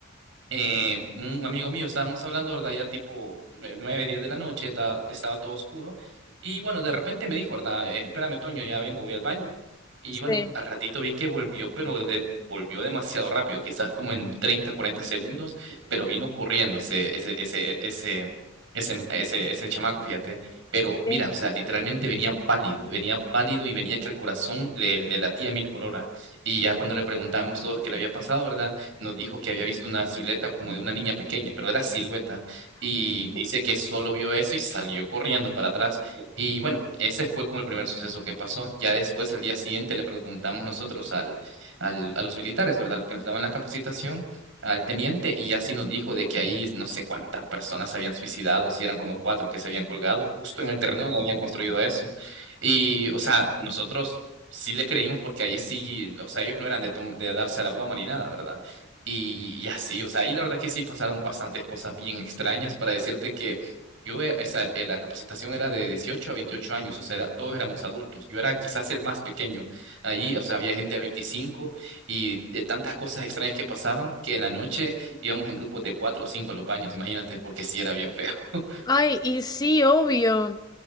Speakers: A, on the right (about 65°); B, on the left (about 20°).
A: eh, un amigo mío, estábamos hablando, ¿verdad? Ya tipo eh, nueve, 10 de la noche, ta- estaba todo oscuro. Y bueno, de repente me dijo, ¿verdad? "Eh, Espérame, Toño, ya vengo, voy al baño. Y
B: sí,
A: bueno, al ratito vi que volvió, pero de- volvió demasiado rápido, quizás como en 30 40 segundos, pero vino corriendo ese, ese, ese, ese, ese, ese, ese chamaco, fíjate. Pero mira,
B: sí.
A: o sea, literalmente venía pálido, venía pálido y venía que el corazón le, le latía a mil por hora. Y ya cuando le preguntamos todos qué le había pasado, ¿verdad? nos dijo que había visto una silueta como de una niña pequeña, pero era silueta, y dice que solo vio eso y salió corriendo para atrás. Y bueno, ese fue como el primer suceso que pasó. Ya después, el día siguiente, le preguntamos nosotros al, al, a los militares, ¿verdad? Los que nos daban la capacitación, al teniente, y ya sí nos dijo de que ahí no sé cuántas personas se habían suicidado, si eran como cuatro que se habían colgado, justo en el terreno donde habían construido eso. Y, o sea, nosotros sí le creímos porque ahí sí, o sea, ellos no eran de, tom- de darse a la broma ni nada, ¿verdad? Y, y así, o sea, y la verdad que sí pasaron bastantes cosas bien extrañas para decirte que yo, eh, o sea, el- la capacitación era de 18 a 28 años, o sea, era- todos éramos adultos. Yo era quizás el más pequeño. Ahí, o sea, había gente de 25 y de tantas cosas extrañas que pasaban que en la noche íbamos en grupos de cuatro o cinco a los baños, imagínate, porque sí era bien feo. <laughs>
B: Ay, y sí, obvio.